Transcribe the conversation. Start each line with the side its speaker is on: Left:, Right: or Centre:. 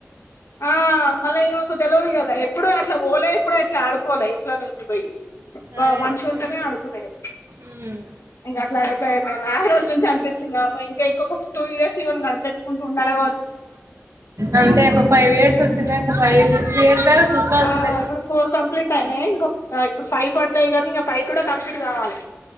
Left: ఆ మళ్ళీ ఈమెకు తెల్వదు కదా ఎప్పుడు అట్లా పోలే ఎప్పుడు అట్లా ఆడుకోలే ఇంట్లో నుంచి చ్ పోయి
Right: అదే
Left: ఆ మనిషి
Right: హ్మ్
Left: ఉంటేనే ఆడుకునేది
Right: హ్మ్
Left: ఇంకా అట్లా అయిపోయ ఏమై ఆ రోజు నుంచి అనిపించిందా ఇంకా ఇంకొక టూ ఇయర్స్ ఇవన్ కనపెట్టుకుంటూ ఉండాల
Right: అంతే ఒక ఫైవ్ ఇయర్స్ వచ్చిందా ఇంకా ఫైవ్, సిక్స్ ఇయర్స్ దాకా చూసుకోవాల్సిందే
Left: ఆ ఇప్పుడు ఫోర్ కంప్లీట్ అయినాయ్ ఇంకొ ఇప్పుడు ఫైవ్ పడ్ ఉంటాయి కానీ ఇంక ఫైవ్ కూడా కంప్లీట్ కావాలి